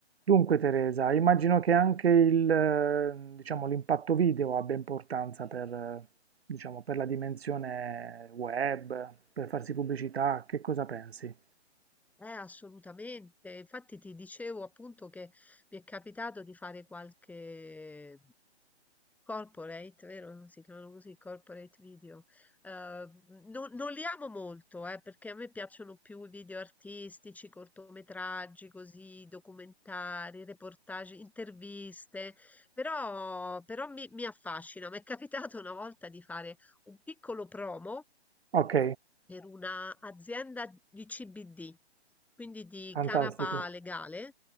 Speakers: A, on the right (about 65°); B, in the centre.
A: Dunque Teresa, immagino che anche il, eh, diciamo, l'impatto video abbia importanza per, eh, diciamo, per la dimensione web, per farsi pubblicità, che cosa pensi?
B: Eh, assolutamente. Infatti ti dicevo appunto che mi è capitato di fare qualche corporate, vero? Si chiamano così, corporate video. Eh, non, non li amo molto, eh, perché a me piacciono più i video artistici, cortometraggi, così, documentari, reportage, interviste, però, però mi, mi affascina. Mi è capitato una volta di fare un piccolo promo
A: Ok,
B: per una azienda di CBD, quindi di
A: fantastico,
B: canapa legale,